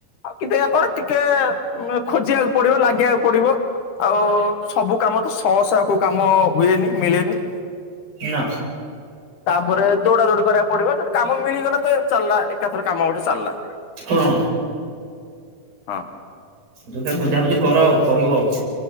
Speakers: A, on the left (about 60°); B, on the right (about 70°).
A: ଆଉ କିନ୍ତୁ ଏହା କଣ ଟିକେ ଖୋଜିବାକୁ ପଡିବ ଲାଗିବାକୁ ପଡିବ ଆଉ ସବୁ କାମ ତ ଶହ ଶ କୋଉ କାମ ହୁଏନି ମିଳେନି
B: ନା
A: ତାପରେ ଦୌଡା ଦୌଡି କରିବାକୁ ପଡିବ ତ କାମ ମିଳିଗଲା ତ ଚାଲିଲା ଏକାଥର କାମ ଗୋଟେ ଚାଲିଲା
B: ହଁ
A: ହଁ
B: ଦେଖ ବୁଝାବୁଝି କର ଆଉ କହିବ ଆଉ